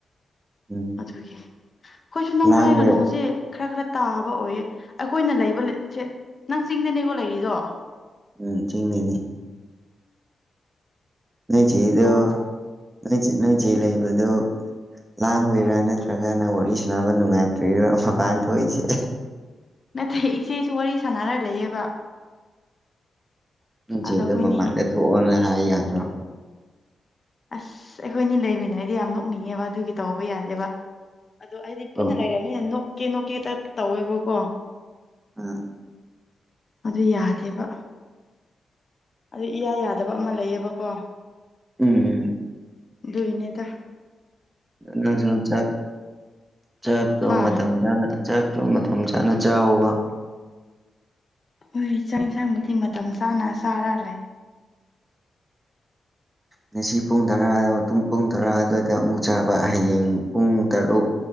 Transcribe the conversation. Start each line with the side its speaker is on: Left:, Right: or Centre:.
Right: ꯎꯝ
Left: ꯑꯗꯨꯒꯤ ꯑꯩꯈꯣꯏꯁꯨ ꯅ‌ꯣꯡ
Right: ꯂꯥꯡꯕ
Left: ꯍꯥꯏꯔꯒ ꯅꯣꯡꯁꯦ ꯈꯔ ꯈꯔ ꯇꯥꯕ ꯑꯣꯏꯌꯦ ꯑꯩꯈꯣꯏꯅ ꯂꯩꯕ ꯖ‌ꯦ ꯅꯪ ꯆꯤꯡꯗꯅꯦꯀꯣ ꯂꯩꯔꯤꯗꯣ
Right: ꯎꯝ ꯆꯤꯡꯅꯤꯅ‌ꯦ ꯅꯣꯏ ꯆꯦꯗꯣ
Left: ꯅꯣꯡ
Right: ꯅꯣꯏ ꯆꯦ ꯅ‌ꯣꯏ ꯆ‌ꯦ ꯂꯩꯕꯗꯣ ꯂꯥꯡꯕꯩꯔꯥ ꯅꯠꯇ꯭ꯔꯒ ꯅꯪ ꯋꯥꯔꯤ ꯁꯅꯕ ꯅꯨꯡꯉꯥꯏꯇ꯭ꯔꯤꯔ‌ꯣ ꯃꯄꯥꯟ ꯊꯣꯛꯏꯁꯦ
Left: ꯅꯠꯇ‌ꯦ ꯏꯆꯦꯁꯨ ꯋꯥꯔꯤ ꯁꯥꯟꯅꯔ ꯂꯩꯌꯦꯕ
Right: ꯅꯣꯏ ꯆꯦ
Left: ꯑꯗꯣ ꯑꯩꯈꯣꯏꯅꯤ
Right: ꯗ‌ꯣ ꯃꯄꯥꯟꯗ ꯊꯣꯛꯑꯣꯅ ꯍꯥꯏ ꯌꯥꯗ꯭ꯔꯣ
Left: ꯑꯁ ꯑꯩꯈꯣꯏꯅꯤ ꯂꯩꯃꯤꯟꯅꯔꯗꯤ ꯌꯥꯝ ꯅꯣꯛꯅꯤꯡꯉꯦꯕ ꯑꯗꯨꯒꯤ ꯇꯧꯕ ꯌꯥꯗꯦꯕ ꯑꯗꯣ ꯍꯥꯏꯗꯤ ꯄꯨꯟꯅ
Right: ꯑꯣ
Left: ꯂꯩꯔ <unintelligible> ꯅꯣꯛꯀꯦ ꯅꯣꯛꯀꯦ ꯇ ꯇꯧꯋꯦꯕꯀꯣ
Right: <unintelligible>
Left: ꯑꯗꯨ ꯌꯥꯗꯦꯕ ꯑꯗꯨ ꯏꯌꯥ ꯌꯥꯗꯕ ꯑꯃ ꯂꯩꯌꯦꯕꯀꯣ
Right: ꯎꯝ
Left: ꯑꯗꯨꯒꯦꯅꯦꯗ
Right: ꯅꯪꯖꯨ ꯆꯥꯛ ꯆꯥꯛꯇꯣ
Left: ꯍꯥ
Right: ꯃꯇꯝ ꯆꯥꯅ ꯆꯥꯛꯇ‌ꯣ ꯃꯇꯝ ꯆꯥꯅ ꯆꯥꯎꯋ‌ꯣꯕ
Left: ꯍꯣꯏ ꯆꯥꯛ ꯏꯟꯁꯥꯡꯕꯨꯗꯤ ꯃꯇꯝ ꯆꯥꯅ ꯆꯥꯔ ꯂꯩ
Right: ꯉꯁꯤ ꯄꯨꯡ ꯇꯔꯥ ꯃꯇꯨꯡ ꯄꯨꯡ ꯇꯔꯥ ꯑꯗꯨꯋꯥꯏꯗ ꯑꯃꯨꯛ ꯆꯥꯕ ꯍꯌꯦꯡ ꯄꯨꯡ ꯇꯔꯨꯛ